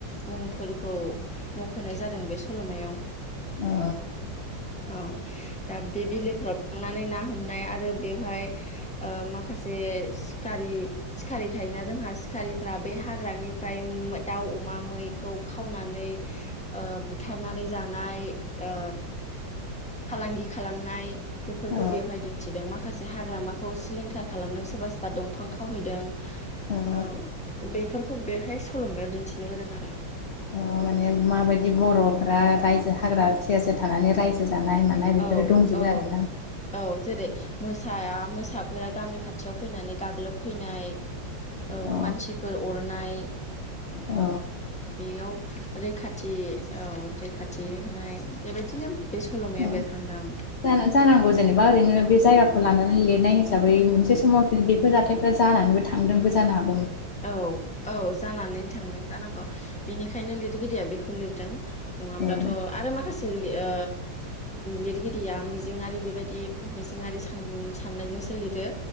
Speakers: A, in the centre; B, on the left.
A: मुंफोरखौ मख'नाय जादों बे सल'मायाव
B: अ
A: औ दा बे बिलोफ्राव लांनानै ना हमनाय आरो बेवहाय ओ माखासे सिख खारि सिखारि थायोना जोंहा सिखारिफ्रा बे हाग्रानिफ्राय उम दाउ अमा मैखौ खावनानै ओ बुथारनानै जानाय ओ फालांगि खालामनाय बेफोरखौ
B: औ
A: बेवहाय दिन्थिदो माखासे हाग्रामाखौ सिलिंखार खालामदों सोबा सो बा दंफां खावहैदों
B: औ
A: ओ
B: औ
A: बेफोर बेहाय सल'मायाव दिन्थिनाय जादों आरो
B: अ माने माबायदि बर'फ्रा रायजो हाग्रा सेर सेेर थानानै रायजो जानाय मानाय बेफोरो
A: औ
B: दंजोबो
A: औ
B: आरोना
A: औ जेरै मोसाआ मोसाफोरा गामि खाथियाव फैनानै गाग्लोबफैनाय औ
B: अ
A: मानसिफोर अरनाय <inaudible>
B: अ
A: बेयाव रैखाथि औ रैखाथि होनाय बेबायदिनो बे सल'माया
B: अ
A: बेरखांदों
B: जा जानांगौ जेनेबा ओरैनो बे जायगाखौ लानानै लिरनाय हिसाबै मोनसे समाव बेफोर जाथायफ्रा जानानैबो थांदोंबो जानो हागौ ।
A: औ औ जानानै थांदों जानांगौ बेनिखायनो लिरगिरिया बेखौ खौ लिरदों । नङाब्लाथ'
B: औ
A: आरो माखासे आ लिरगिरिया मिजिङारि बेबायदि मिजिङारि साननायजोंसो लिरो।